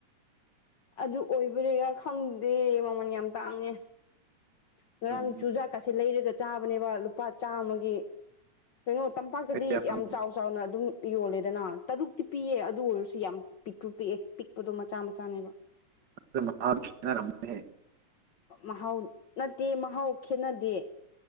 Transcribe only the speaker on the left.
ꯑꯗꯨ ꯑꯣꯏꯕꯔꯤꯔꯥ ꯈꯪꯗꯦ ꯃꯃꯜ ꯌꯥꯝ ꯇꯥꯡꯉꯦ ꯉꯔꯥꯡ
ꯆꯨꯖꯥꯛꯀꯁꯤ ꯂꯩꯔꯒ ꯆꯥꯕꯅꯦꯕ ꯂꯨꯄꯥ ꯆꯥꯃꯒꯤ ꯀꯩꯅꯣ ꯇꯝꯄꯥꯛꯇꯗꯤ
ꯌꯥꯝ ꯆꯥꯎ ꯆꯥꯎꯅ ꯑꯗꯨꯝ ꯌꯣꯜꯂꯦꯗꯅ ꯇꯔꯨꯛꯇꯤ ꯄꯤꯌꯦ ꯑꯗꯨ ꯑꯣꯏꯔꯁꯨ ꯌꯥꯝ ꯄꯤꯛꯇ꯭ꯔꯨ ꯄꯤꯛꯑꯦ ꯄꯤꯛꯄꯗꯣ ꯃꯆꯥ ꯃꯆꯥꯅꯦꯕ
ꯃꯍꯥꯎ ꯅꯠꯇꯦ ꯃꯍꯥꯎ ꯈꯦꯠꯅꯗꯦ